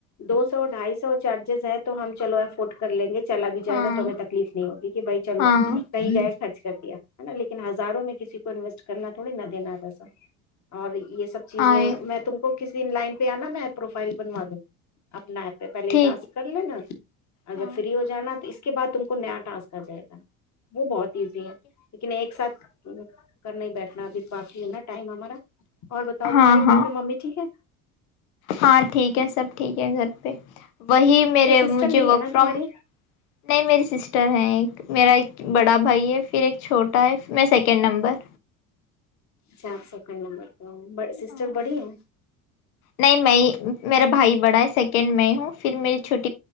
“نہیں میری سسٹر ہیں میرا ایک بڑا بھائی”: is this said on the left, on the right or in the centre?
Left